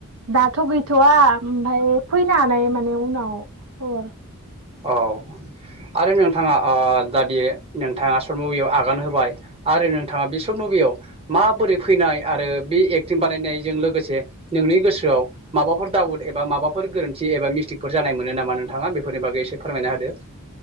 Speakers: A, on the right (about 80°); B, on the right (about 25°).
A: दाथ' गैथ'वा ओमफ्राय फैनो हानाय माने उनाव खबर
B: औ आरो नोंथाङा ओ दादि नोंथाङा शर्ट मुभियाव आगान होबाय आरो नोंथाङा बि सर्ट मुभि याव माबोरै फैनाय आरो बे एक्टिं बानायनायजों लोगोसे नोंनि गोसोआव माबा माबाफोर दावद माबाफोर गोरोनथि एबा मिस्टिफोर जानाय मोनो नामा नोंथा बेफोरनि बागै फोरमायना होदो।